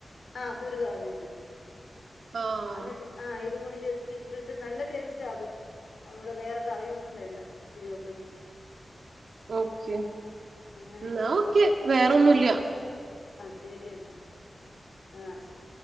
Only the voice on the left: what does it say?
ആഹ് കുരു കളഞ്ഞിട്ട്
അഅന്നിട് ആഹ് ഇതും കൂടി ജസ്റ്റ് ഇട്ടിട്ട് നല്ല ടേസ്റ്റാത് നമ്മുടെ വേറെക്കെ കറിയൊന്നും വേണ്ട ഇച്ചിരി ഉണ്ടെങ്കി
അങ്ങനെ
ശരിയന്ന് ആഹ് ശരി